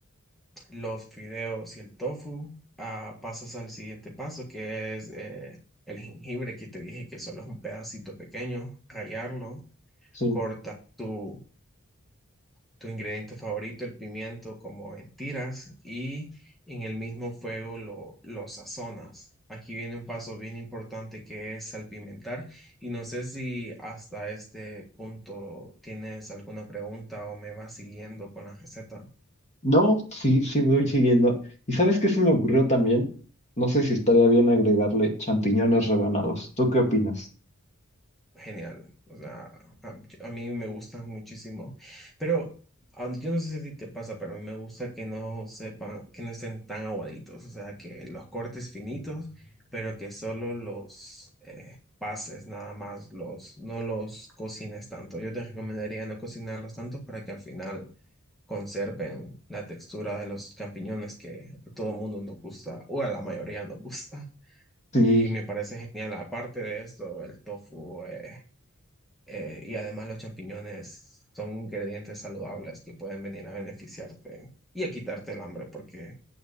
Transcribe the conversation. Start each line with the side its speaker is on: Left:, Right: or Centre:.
Centre: los fideos y el tofu, ah, pasas al siguiente paso, que es eh, el jengibre, que te dije que solo es un pedacito pequeño, rallarlo,
Left: sí.
Centre: corta tu, tu ingrediente favorito, el pimiento, como en tiras, y en el mismo fuego lo, lo sazonas. Aquí viene un paso bien importante que es salpimentar, y no sé si hasta este punto tienes alguna pregunta o me vas siguiendo con la receta.
Left: No, sí, sí voy siguiendo. ¿Y sabes qué se me ocurrió también? No sé si estaría bien agregarle champiñones rebanados. ¿Tú qué opinas?
Centre: genial. O sea, a, a mí me gustan muchísimo. Pero ah, yo no sé si a ti te pasa, pero a mí me gusta que no sepan, que no estén tan aguaditos. O sea, que los cortes finitos, pero que solo los eh, pases nada más, los, no los cocines tanto. Yo te recomendaría no cocinarlos tanto para que al final conserven la textura de los champiñones que a todo mundo nos gusta, o a la mayoría nos gusta.
Left: Sí.
Centre: Y me parece genial, aparte de esto, el tofu. eh, eh, y además los champiñones son ingredientes saludables que pueden venir a beneficiarte y a quitarte el hambre, porque